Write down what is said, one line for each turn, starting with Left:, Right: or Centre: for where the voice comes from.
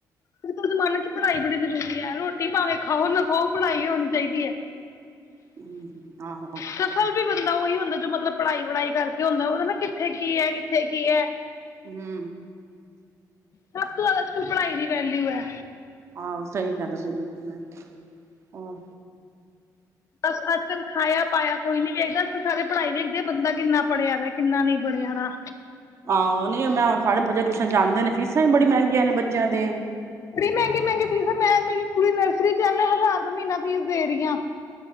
Left: ਹੁਣ ਦੇ ਜ਼ਮਾਨੇ ਚ ਪੜ੍ਹਾਈ ਬੜੀ ਜ਼ਰੂਰੀ ਹੈ। ਰੋਟੀ ਭਾਵੇਂ ਖਾਓ ਨਾ ਖਾਓ ਪੜਾਈ ਹੋਣੀ ਚਾਹੀਦੀ ਹੈ।
Right: ਹੂੰ, ਆਹੋ
Left: ਸਫਲ ਵੀ ਬੰਦਾ ਉਹੀ ਹੁੰਦਾ ਜੋ ਮਤਲਬ ਪੜ੍ਹਾਈ ਵੜਾਈ ਕਰਕੇ ਹੁੰਦਾ ਉਹ ਨਾ ਕਿੱਥੇ ਕੀ ਹੈ, ਕਿੱਥੇ ਕੀ ਹੈ
Right: ਹੂੰ
Left: ਸਭ ਤੋਂ ਜ਼ਿਆਦਾ ਅੱਜਕਲ ਪੜ੍ਹਾਈ ਦੀ ਵੈਲਿਊ ਹੈ।
Right: ਆਹੋ ਸਹੀ ਕਿਹਾ ਤੁਸੀ ਬਿਲਕੁਲ, ਮੈਂ ਹੋਰ
Left: ਬਸ ਅੱਜ ਕੱਲ੍ਹ ਖਾਇਆ -ਪਾਇਆ ਕੋਈ ਨੀ ਵੇਖਦਾ ਸਾਰੇ ਪੜ੍ਹਾਈ ਵੇਖਦੇ ਆ ਬੰਦਾ ਕਿੰਨਾ ਪੜ੍ਹਿਆ ਦਾ, ਕਿੰਨਾ ਨਹੀਂ ਪੜਿਆ ਦਾ
Right: ਆਹੋ ਨ ਮੈਂ ਸਾਡੇ ਬੱਚੇ ਟਿਊਸ਼ਨ ਜਾਂਦੇ ਨੇ ਫੀਸਾਂ ਵੀ ਬੜੀ ਮਹਿੰਗੀਆਂ ਨੇ ਬੱਚਿਆਂ ਦੇ
Left: ਬੜੀ ਮਹਿੰਗੇ -ਮਹਿੰਗੇ ਚੀਜ਼ਾਂ ਮੈਂ ਮੇਰੀ ਕੁੜੀ ਨਰਸਰੀ ਚ ਐੈਂ ਹਜ਼ਾਰ ਰੁਪਏ ਮਹੀਨਾ ਫੀਸ ਦੇ ਰਹੀ ਹਾਂ